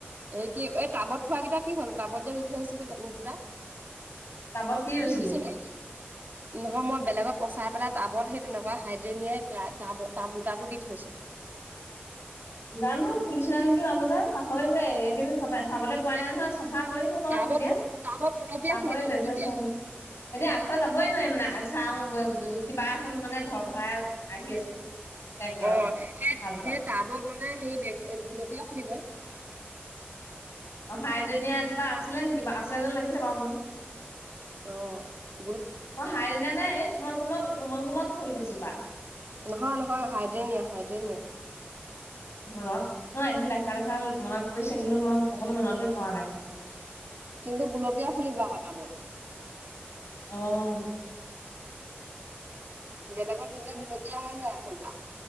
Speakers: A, on the right; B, on the left.
A: এই কি এই টাবত থোৱাকেইটা কি হ'ল টাবত যে ৰুই থৈ আহিছিলো দুটা
B: টাবত কি ৰুইছিলি?
A: ফুলিছে নাই? নহয় মই বেলেগত পচাই পেলাই টাবত সেই তেনেকুৱা হাইড্ৰেনিয়াই টাব টাব দুটাটো দি থৈছিলো।
B: জানো ফুলিচে নেকি মাজতে পাহৰিলে এইকেইদিন পঠাই চাবলৈ পোৱা
A: এই
B: নাই নহয় চাফা কৰিলোঁ বাও
A: টাবত
B: তেতিয়া
A: গো- টাবত গুলপীয়া
B: পাহৰিলোৱেই
A: ফুলিব গুলপীয়া
B: এফালে চোৱাই নাই এতিয়া আগফালে যাবই নোৱাৰে মানে চাও <unintelligible> কিবা এখন মানে ভৰ ভৰাই আহি আছে। ট্ৰেক্টৰ
A: অ',
B: এখন
A: সেই
B: হাল
A: সেই
B: বোৱা
A: টাবত মানে নাই সেই বে গোলপীয়া ফুলিব।
B: অ', ভাইদনীয়ে নিয়াজোপা আছিলে নেকি আছে এ যেন লাগিছে বাৰু মোক
A: অহ।
B: অ', হাইদীনীয়া নে এই কোমল কোমল কোমল কোমল ফুল কিজো
A: নহয় নহয় হাইড্ৰেনিয়া হাইড্ৰেনিয়া।
B: ৰ ন এদিন দেখা দেখা মনত পৰিছে কিন্তু মই অকণো মনতে পৰা নাই কথাবোৰ।
A: কিন্তু গুলপীয়া ফুলিব আক' টাবত।
B: অহ।
A: বেলেগত ৰুলে গুলপীয়া হৈ যায় ফুল পাহ।